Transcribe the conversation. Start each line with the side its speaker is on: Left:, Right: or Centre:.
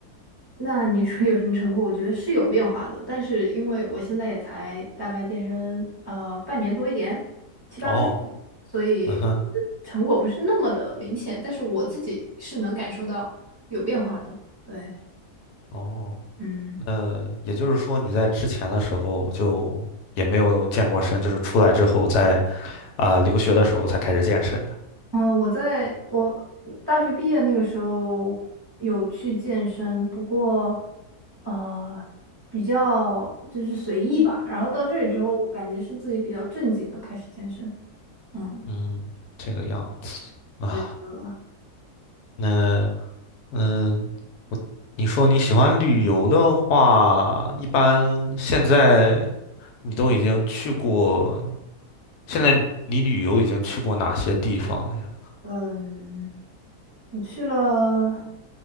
Right: 那你说有什么成果？我觉得是有变化的，但是因为我现在也才大概健身呃半年多一点，七八个月，
Left: 哦，
Right: 所以我觉得成果不是那么的明显，
Left: 嗯哼，
Right: 但是我自己是能感受到有变化的。对，
Left: 哦，
Right: 嗯
Left: 那也就是说你在之前的时候就也没有健过身，就是出来之后在啊、留学的时候才开始健身的。
Right: 嗯，呃我在我大学毕业那个时候有去健身，不过呃比较就是随意吧，然后到这里之后，我感觉是自己比较正经的开始健身。嗯，
Left: 嗯，这个样子啊。
Right: 对的。
Left: 那嗯，你说你喜欢旅游的话，一般现在你都已经去过，现在你旅游已经去过哪些地方了呀？
Right: 嗯，我去了